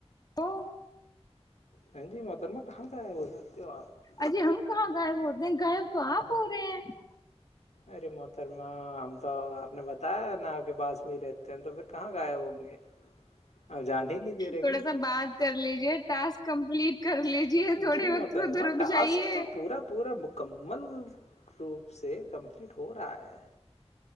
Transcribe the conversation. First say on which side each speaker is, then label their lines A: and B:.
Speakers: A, on the left; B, on the left.
A: تو <unintelligible>
B: ہاں جی محترمہ کہاں سے آیا وہول جات تو آ <unintelligible>
A: اجے ہم کہاں غائب ہوتے ہیں غائب تو آپ ہو رہے ہیں <unintelligible>
B: ارے محترما ہم تو آپ نے بتایا ن آپ کے پاس میں ہی رہتے ہیں تو پھر کہاں گئے ہوں گے آپ جان ہی نہیں دے رہے
A: تھوڑا
B: گی
A: سا بات کر لیجے ٹسک کمپلیٹ کر لیجیے تھوڑے
B: جی
A: وقت
B: محترمہ
A: ادھر رک
B: ٹاسک
A: جائیے
B: تو پورا پورا مکمل روپ سے کمپلیٹ ہو رہا ہے